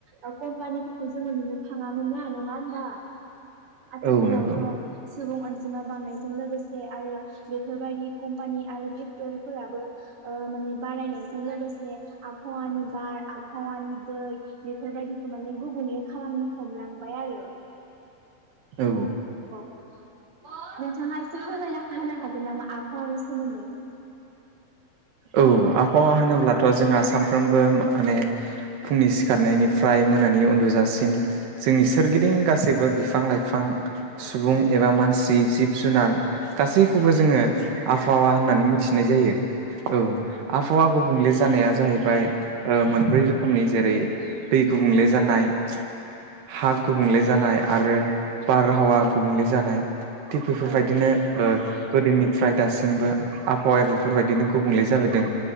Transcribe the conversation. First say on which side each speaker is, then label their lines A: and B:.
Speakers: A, on the right; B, on the right.
A: ओ कम्पानिफोरखौ जोङो नु थाङामोन ना नङा होनबा? आथिखालावथ
B: औ नंगौ
A: सुबुं अनजि अनजिमा बांनायजों लोगोसे आरो बेफोरबायदि कम्पानि आरो फेक्ट'रिफोराबो ओ माने बारायनायजों लोगोसे आबहावानि बार आबहावानि दै बेफोरबायदिखौ माने गुबुंले खालामनो। हमलांबाय आरो
B: औ
A: <unintelligible> नोंथाङा एसे फोरमायना होनो हागोन नामा आबहावानि सोमोन्दै?
B: औ आब हावा होनोब्लाथ जोंहा सानफ्रोमबो माने फुंनि सिखारनायनिफ्राय मोनानि उन्दुजासिम जोंनि सोरगिदिं गासैबो बिफां लाइफां
A: औ
B: सुबुं एबा मानसि। जिब जुनार गासैखौबो
A: औ
B: जोङो
A: नोंथां औ औ
B: आबहावा होननानै थिनाय जायो। औ आबहावा गुबुंले जानाया जाहैबाय ओ मोनब्रै रोखोमनि जेरै दै गुबुंले जानाय हा गुबुंंले जानाय आरो बारहावा गुबुंले जानाय। थिग बेफोरबायदिनो
A: औ
B: ओ गोदोनिफ्राय दासिमबो आबहावाया बेफोरबादिनो गु बुंले जाबोदों।